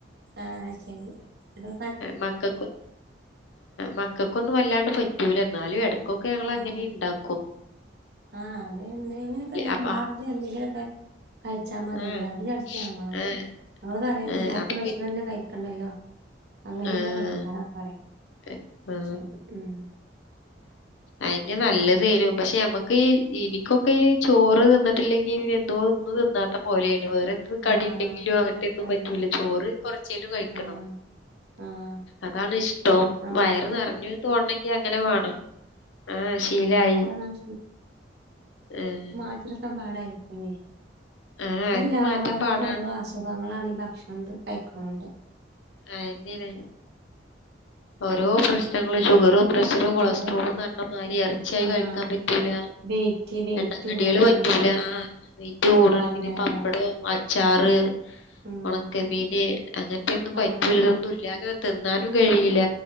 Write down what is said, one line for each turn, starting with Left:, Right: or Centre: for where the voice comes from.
Right: ആഹ് അയ്ശരി അതൊ
Left: മക്കക്കും മക്കൾക്കൊന്നും വല്ലാണ്ട് പറ്റൂല എന്നാലും എട ക്കൊക്കെ ഞങ്ങൾ അങ്ങനിം
Right: ആഹ്
Left: ഇണ്ടാക്കും.
Right: ആഹ് അത് എന്തെങ്കിലൊക്കെ ഞാൻ
Left: അപ്പ
Right: നാട്ടി എന്തെങ്കിലക്കെ കഴിച്ചാൽ മതിയല്ലേ,
Left: ആഹ്
Right: അത് വിചാരിച്ച് ഞങ്ങളും
Left: ഏഹ്
Right: ഞങ്ങൾ പറയും
Left: ഏഹ്
Right: രാത്രി
Left: അപ്പൊ
Right: ഭക്ഷണം
Left: പി
Right: തന്നെ കഴി കണ്ടല്ലോ അങ്ങനെയൊക്കെ
Left: ആഹ്
Right: കഴിക്കറാ പറയാ.
Left: ആഹ്.
Right: പക്ഷെ ഉം
Left: അയിന് <unintelligible> പക്ഷെ നമ്മക്ക് ഇനിക്കൊക്കെ ഈ ചോറ് തിന്നിട്ടില്ലെങ്കിൽ പിന്നെ എന്തോന്ന് ഇന്നാത്തെ പോലെയും വേറ കടി
Right: ആഹ്
Left: ഉണ്ടെങ്കിലോ അങ്ങനത്തെ ഒന്നും
Right: അതെ
Left: പറ്റൂല, ചോറ് കൊറച്ചേലും കഴിക്കണം.
Right: ആഹ് ആഹ്
Left: അതാണ് ഇഷ്ടം
Right: നമ്മക്ക്
Left: വയറ് നിറഞ്ഞു തോന്നണെങ്കിൽ അങ്ങനെ വേണം. അഹ് ശീലായി
Right: ആഹ് ഞമ്മക്ക് അങ്ങനെ
Left: ആഹ്
Right: ' <unintelligible> 'പാടായിരിക്കും,
Left: ആഹ് അത്
Right: എല്ലാർക്കും
Left: ഇഞ്ഞ് മാറ്റാൻ പാടാണ്
Right: ഓരോ അസുഖ അസുഖങ്ങളാണ് ഈ ഭക്ഷണം കഴിക്കുന്നതോണ്ട്.
Left: അയന്നെണ് ഓരോ പ്രശ്നങ്ങളും ഷുഗറും പ്രശ്ന പ്രഷറും, കൊളസ്ട്രോളുന്ന്
Right: അതെ
Left: പറഞ്ഞ മാതിരി
Right: ഇപ്പൊ
Left: ഇറച്ചിയായി
Right: ആഹ്
Left: കഴിക്കാൻ പറ്റൂല.
Right: വെയിറ്റ് വെയിറ്റ്
Left: എണ്ണക്കടികൾ
Right: കൂടാണ്
Left: പറ്റൂല, ആഹ് വൈറ്റ് കൂടും
Right: കാല്
Left: പിന്നെ
Right: വേദന
Left: പപ്പടം ഉം അച് ചാറ്,
Right: ഉം
Left: ഉണക്കമീന് അങ്ങനത്തെ ഒന്നും
Right: കാല്
Left: പ ഇതൊന്നും ഇല്ലാതെ തിന്നാനും കഴിയില്ല.